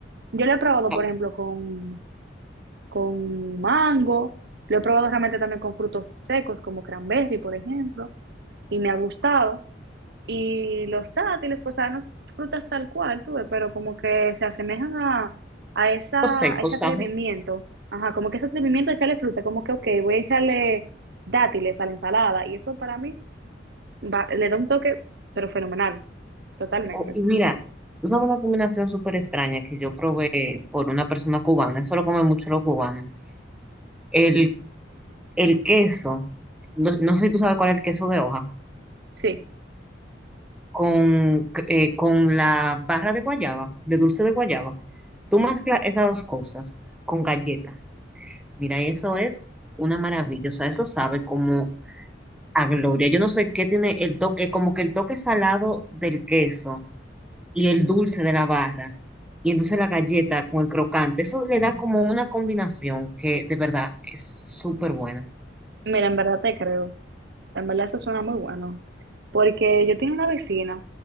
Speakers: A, on the right; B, in the centre.
A: Yo lo he probado,
B: algo
A: por ejemplo, con, con mango, lo he probado realmente también con frutos secos como cranberry, por ejemplo, y me ha gustado y los dátiles, pues saben, frutas tal cual, tuve pero como que se asemejan a, a, esa,
B: seco,
A: a ese
B: o
A: atrevimiento,
B: ¿no?
A: ajá, como que ese atrevimiento de echarle fruta, como que, ok, voy a echarle dátiles a la ensalada, y eso para mí va- le da un toque, pero fenomenal, totalmente.
B: O- y mira, tú sabes una combinación súper extraña que yo probé por una persona cubana, eso lo comen mucho los cubanos, el, el queso, no, no sé si tú sabes cuál es el queso de hoja.
A: Sí,
B: con, eh, con la barra de guayaba, de dulce de guayaba. Tú mezclas esas dos cosas con galleta. Mira, eso es una maravilla. O sea, eso sabe como a gloria. Yo no sé qué tiene el toque, como que el toque salado del queso y el dulce de la barra. Y entonces la galleta con el crocante, eso le da como una combinación que de verdad es súper buena.
A: mira, en verdad te creo, en verdad eso suena muy bueno, porque yo tenía una vecina